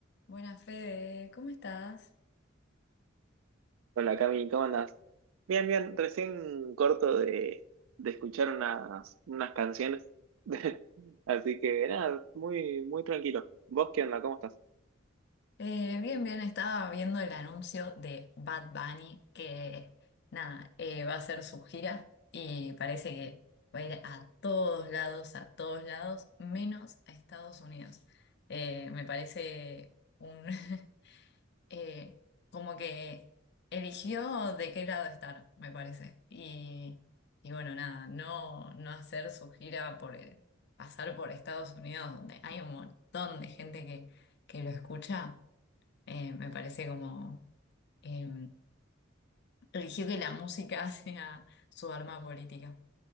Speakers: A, on the left; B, on the right.
A: Buenas, Fede, ¿cómo estás?
B: Hola Cami, ¿cómo andás? Bien, bien, recién corto de, de escuchar unas, unas canciones. <laughs> Así que nada, muy, muy tranquilo. ¿Vos qué onda? ¿Cómo estás?
A: Eh, bien, bien, estaba viendo el anuncio de Bad Bunny que, nada, eh, va a hacer su gira y parece que va a ir a todos lados, a todos lados, menos a Estados Unidos. Eh, me parece un, <laughs> eh, como que eligió de qué lado estar, me parece. Y, y bueno, nada, no, no hacer su gira por eh, pasar por Estados Unidos, donde hay un montón de gente que, que lo escucha, eh, me parece como eh, eligió que la música <laughs> sea su arma política.